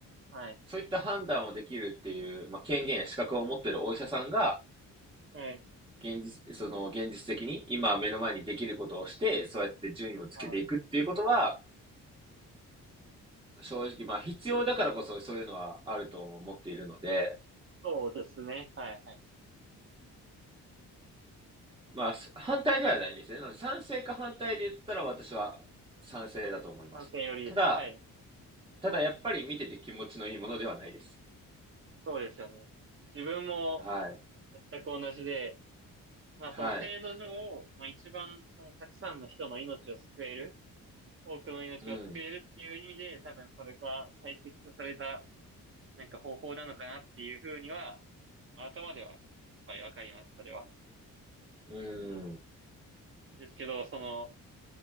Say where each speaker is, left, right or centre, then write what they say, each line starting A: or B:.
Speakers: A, on the right; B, on the right.
A: はい。
B: そういった判断をできるっていう、まあ、権限や資格を持っているお医者さんが、
A: はい。
B: 現実、その現実的に今目の前にできることをして、そうやって順位をつけていくっていうことは、
A: はい。
B: 正直、まあ必要だからこそそういうのはあると思っているので、
A: そうですね。はい。はい。
B: まあ反対ではないんですね。なので賛成か反対で言ったら私は賛成だと思います。
A: 観戦よりですね。
B: ただ、
A: はい。
B: ただやっぱり見てて気持ちのいいものではないです。
A: そうですよね。自分も
B: はい。
A: 全く同じで、まあその制度上、
B: はい。
A: まあ一番そのたくさんの人の命を救える、多くの命を救えるっていう意味で、
B: うん。
A: 多分それが最適とされたなんか方法なのかなっていうふうには、まあ頭では、はい、わかります、それは。
B: うん。
A: ですけど、その、